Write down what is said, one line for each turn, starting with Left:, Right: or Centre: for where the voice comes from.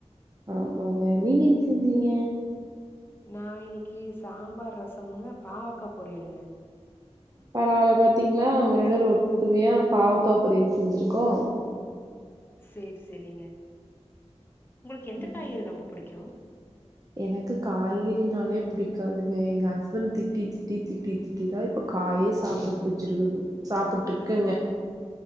Right: ஆமாங்க நீங்க என்ன செஞ்சீங்க
Left: நா இன்னிக்கி சாம்பார் ரசமுங்க பாவக்கா பொரியளுங்க
Right: பரவால பாத்தீங்ளா நம்ப ரெண்டேரு ஒர்த்துவியா பாவக்கா பொரியல் செஞ்சிருக்கோ
Left: சேர் செரிங்க உங்ளுக்கு எந்த
Right: ம்
Left: காயி இது ரொம்ப புடிக்கு
Right: எனக்கு காய்கறினாலே புடிக்காதுங்க எங்க ஹஸ்பண்ட் திட்டி திட்டி திட்டி தி தி தா இப்ப காயே சாப்புட புடிச்சிருக்கு சாப்புட்ருக்கங்க